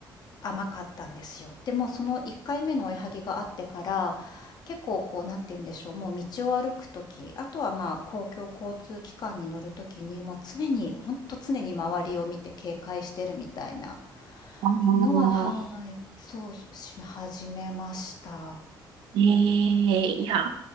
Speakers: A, on the left; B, on the right.
A: 甘かったんですよ。でもその1回目の追いはぎがあってから、結構こう、なんて言うんでしょう、もう道を歩く時、あとはまあ、公共交通機関に乗る時に、もう常に、ほんと常に周りを見て警戒してるみたいな
B: ああ
A: のははい、そう、し始めました。
B: ええいや、